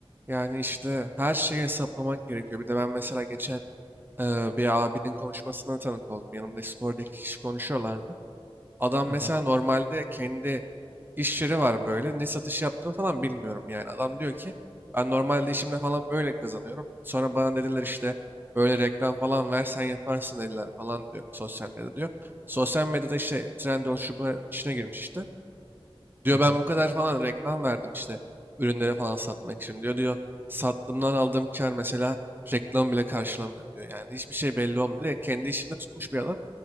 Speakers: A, on the right (about 20°); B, on the left (about 20°).
A: yani işte her şeyi hesaplamak gerekiyor. Bir de ben mesela geçen Ee, bir abinin konuşmasına tanık oldum. Yanımda sporda iki kişi konuşuyorlardı. Adam
B: Hı
A: mesela
B: hı.
A: normalde kendi iş yeri var böyle. Ne satış yaptığını falan bilmiyorum yani. Adam diyor ki ben normalde işimde falan böyle kazanıyorum. Sonra bana dediler işte böyle reklam falan versen yaparsın eller falan diyor sosyal medyada diyor. Sosyal medyada işte Trendyol şu bu işine girmiş işte. Diyor
B: Hı hı.
A: ben bu kadar falan reklam verdim işte ürünlere falan satmak için diyor. Diyor sattığımdan aldığım kar mesela reklam bile karşılamıyor diyor. Yani hiçbir şey belli olmuyor. Kendi işinde tutmuş bir adam.